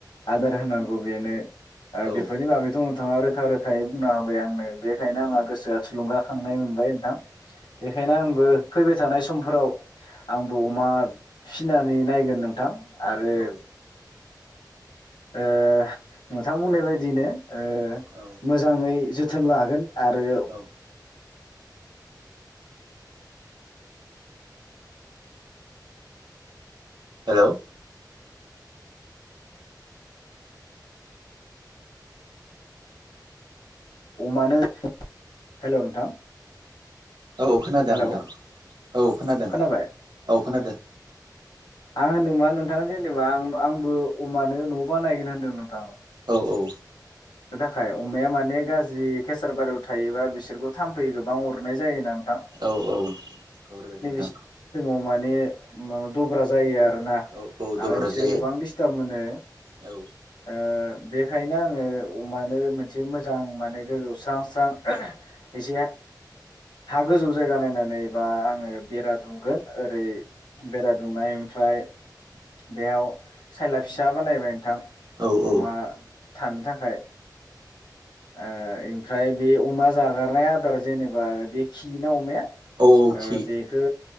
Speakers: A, on the left; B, on the right.
A: आदार होनांगौ बेनो
B: औ
A: बेफोरनि बागैथ' नोंथाङा रोखा रोखायै बुंना होबाय आंनो बेखायनो आंहा
B: औ
A: गोसोआ थुलुंगाखांनाय मोनबाय नोंथां बेखायनो आंबो फैबाय थानाय समफोराव आंबो अमा फिनानै नायगोन नोंथां आरो
B: औ
A: ओ नोंथां बुंनाय बायदियैनो ओ
B: औ
A: मोजाङै जोथोन लागोन आरो
B: औ हेलौ
A: अमानो हेलौ नोंथां
B: औ खोनादों
A: हेलौ
B: नोंथां औ खोनादों
A: खोनाबाय
B: औ खोनादों।
A: आं होनदों मा नोंथां जेनेबा आं आंबो अमानो न' बानायगोन होनदों नोंथां।
B: औ औ
A: <unintelligible> थाखाय अमाया माने गाज्रि केसार बारियाव थायोबा बिसोरखौ थाम्फै गोबां अरनाय जायो ना नोंथां।
B: औ औ हरो
A: <unintelligible>
B: नोंथां
A: बिसोरनि मोदोमाव माने मा दब्रा जायो आरोना
B: औ औ दब्रा
A: आरो बिसोरो
B: जायो
A: गोबां डिस्टार्ब मोनो
B: औ
A: ओ बनिखायनो आङो अमानो मोनसे मोजां माने गोजौ स्रां स्रां एसे हा गोजौ जायगा नायनानै बा आङो बेरा दुमगोन ओरै बेरा दुमनाय ओमफ्राय बेयाव सायला फिसा बानायबाय नोंथां
B: औ
A: अमा
B: औ
A: थानो थाखाय ओ ओमफ्राय बे अमा जागारनाय आदार जेनेबा बे खियोना अमाया
B: औ
A: ओ
B: खि
A: बेखो